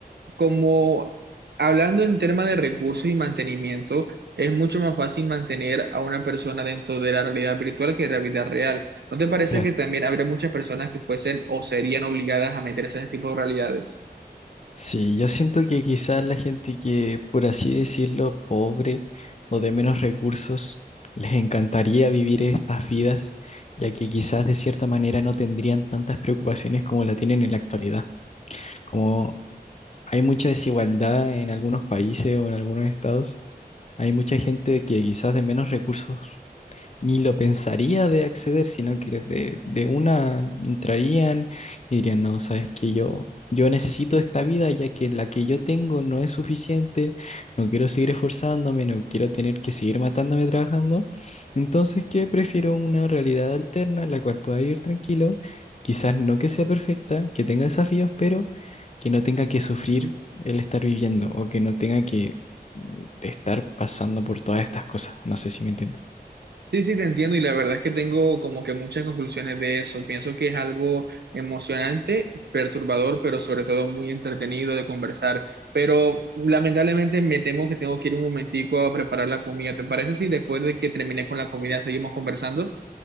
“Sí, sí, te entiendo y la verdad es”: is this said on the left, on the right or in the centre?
Right